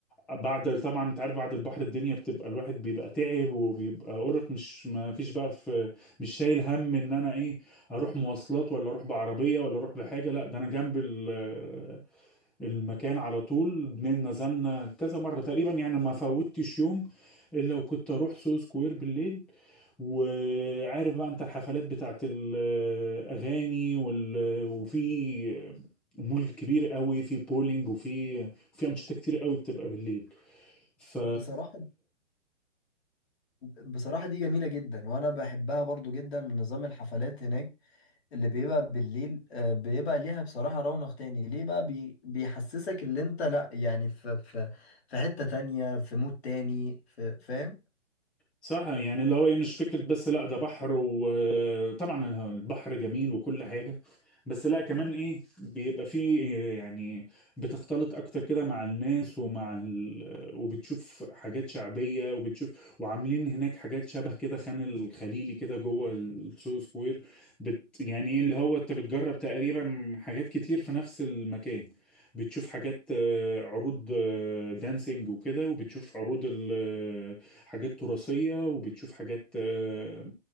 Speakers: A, in the centre; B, on the left (about 60°).
A: بعد طبعا أنت عارف بعد البحر الدنيا بتبقى الواحد بيبقى تعب وبيبقى أرق مش ما فيش بقى في مش شايل هم إن أنا إيه أروح مواصلات ولا أروح بعربية ولا أروح بحاجة لا ده أنا جنب ال... المكان على طول بن- نزلنا كذا مرة تقريبا يعني ما فوتش يوم الا وكنت اروح سو سكوير بالليل وعارف بقى انت الحفلات بتاعت الاغاني وال... وفي مول كبير قوي في بولينج وفي في انشطه كتير قوي بتبقى بالليل ف
B: بصراحة بصراحة دي جميلة جدا وأنا بحبها برضو جدا من نظام الحفلات هناك اللي بيبقى بالليل آه، بيبقى ليها بصراحة رونق تاني ليه بقى بي بيحسسك اللي أنت لأ يعني في في في حتة تانية في مود تاني في فاهم
A: صح يعني اللي هو إيه، مش فكره بس لا ده بحر وطبعا البحر جميل وكل حاجه بس لا كمان ايه بيبقى فيه يعني بتختلط اكتر كده مع الناس ومع ال... وبتشوف حاجات شعبية وبتشوف وعاملين هناك حاجات شبه كده خان الخليلي كده جوه السو سكوير بت... يعني إيه اللي هو انت بتجرب تقريبا حاجات كتير في نفس المكان بتشوف حاجات آه، عروض آه، دانسينج وكده وبتشوف عروض ال- آه، حاجات تراثية وبتشوف حاجات آه،